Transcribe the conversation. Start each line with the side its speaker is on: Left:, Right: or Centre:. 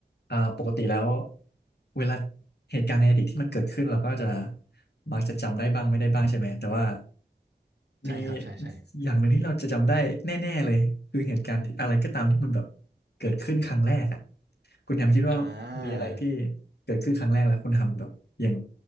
Left: เอ่อปกติแล้วเวลาเหตุการณ์ในอดีตที่มันเกิดขึ้นเราก็จะมักจะจำได้บ้างไม่ได้บ้างใช่ไหมแต่ว่า
Right: ใช่ครับใช่ใช่
Left: มีอย่างหนึ่งที่เราจะจำได้แน่ๆเลยคือเหตุการณ์ที่อะไรก็ตามที่มันแบบเกิดขึ้นครั้งแรกอ่ะคุณแฮมคิดว่ามีอะไรที่
Right: อ่า
Left: เกิดขึ้นครั้งแรกแล้วคุณทำแบบยัง